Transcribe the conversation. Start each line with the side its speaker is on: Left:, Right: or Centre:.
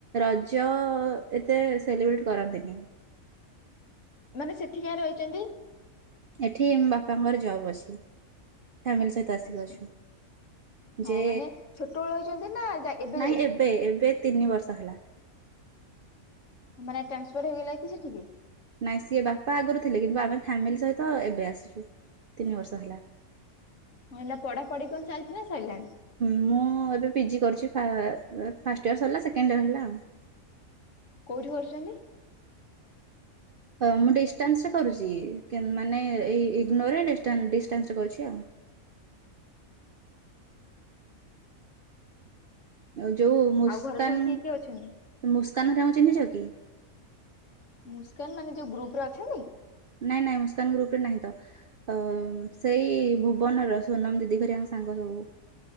Right: ରଜ ଏତେ ସେଲିବ୍ରେଟ କରନ୍ତିନି।
Left: ମାନେ ସେଠିିକାଇଁ ରହିଛନ୍ତି?
Right: ଏଠିମ ବାପାଙ୍କର ଜବ୍ ଅଛି ଫାମିଲି ସ
Left: ଆଚ୍ଛା।
Right: ଆସଛୁ
Left: ହଁ
Right: ଯେ
Left: ମାନେ ଛୋଟବେଳୁ ରହିଛନ୍ତି ନା ଯା
Right: ନାଇଁ
Left: ଯାଇଛନ୍ତି
Right: ଏବେ ଏବେ ତିନି ବର୍ଷ ହେଲା।
Left: ମାନେ ଟ୍ରାନ୍ସଫର ହେଇଗଲା କି ସେଠିକି?
Right: ନାଇଁ ସିଏ ବାପା ଆଗରୁ ଥିଲେ କିନ୍ତୁ ଆମେ ଫ୍ୟାମିଲି ସହିତ ଏବେ ଆସିଛୁ ତିନି ବର୍ଷ ହେଲାଣି।
Left: ହଁ ନା ପଢା ପଢି କଣ ଚାଲିଛି ନା ସାରିଲାଣି?
Right: ମୁଁ ଏବେ ପି ଜି କରୁଛି ଫାଷ୍ଟ ଇୟର୍ ସରିଲା ସେକେଣ୍ଡ ଇୟର୍ ହେଲା ଆଉ।
Left: କୋଉଠି କରୁଛନ୍ତି?
Right: ହଁ ମୁଁ ଡିଷ୍ଟାନ୍ସରେ କରୁଚି ମାନେ ଏଇ ଇଗନୋର ରେ ଡିଷ୍ଟା-ଡିଷ୍ଟାନ୍ସରେ କରୁଚି ଆଉ। ଆଉ ଯଉ ମୁସ୍କାନ୍
Left: ଆଉ ଘରେ ସବୁ କିଏ କିଏ ଅଛନ୍ତି?
Right: ମୁସ୍କାନ୍ ହେକା କୁ କାମ ଚିହ୍ନିଚ କି?
Left: ମୁସ୍କାନ୍ ମାନେ ଯଉ ଗ୍ରୁପରେ ଅଛନ୍ତି?
Right: ନାଇଁ ନାଇଁ ମୁସ୍କାନ୍ ଗ୍ରୁପରେ ନାହିଁ ତ। ଅ -ସେଇ ଭୁବନର ସୋନମ୍ ଦିଦି ହରିଆଙ୍କ ସାଙ୍ଗ ସବୁ।